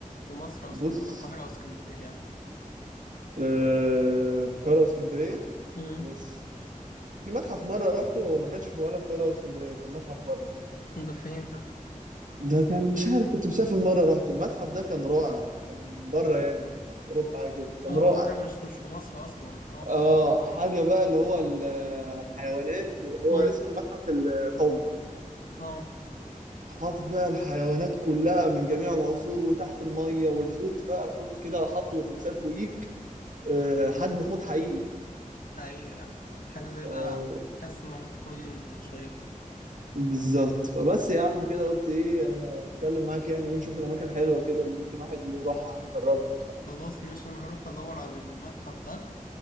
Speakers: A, on the left; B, on the right.
A: في مصر
B: بص
A: أو اسكندرية في القاهرة أو اسكندرية يعني
B: آه في القاهره واسكندريه
A: امم
B: بص في متحف مره رحته هو ما كانش في ولا في القاهره ولا اسكندريه كان متحف بره كده
A: ده فين ده؟
B: ده كان مش عارف كنت مسافر مرة رحت المتحف ده كان رائع كان بره يعني في أوروبا حاجة كده كان
A: آه
B: رائع
A: بره مش مش في مصر أصلا
B: اه حاجة بقى اللي هو الحيوانات هو
A: آه
B: اسمه المتحف القومي
A: اه
B: حاطط بقى الحيوانات كلها من جميع العصور وتحت المية والحوت بقى الحوت كده حاطه تمثال فوقيك آه، حجم حوت حقيقي
A: اي حاجة زي
B: ف-
A: ده حاسس انها هتكون شيقة
B: بالظبط فبس يا عم كده قلت ايه آه، اتكلم معاك يعني ايه نشوف الاماكن الحلوة كده اللي ممكن واحد يروحها يجربها
A: خلاص مش انا هروح ادور على المتحف ده